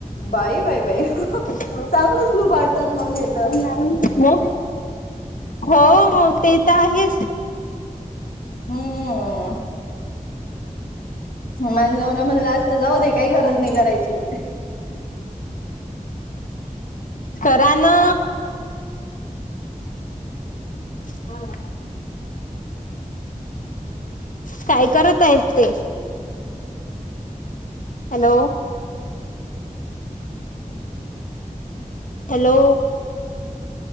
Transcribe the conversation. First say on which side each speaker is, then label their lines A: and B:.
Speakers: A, on the left (about 90°); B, on the left (about 65°).
A: बाई बाई बाई चांगलंच
B: अच्ा
A: लुबाडतात मग हे तर.
B: ना म हो मग ते तर आहेच
A: हम्मम्म माझ नवररा म्हणला असत जाऊ दे काही गरज नाही करायची
B: खरा ना हा हा काय करत आहेस ते हॅलो हॅलो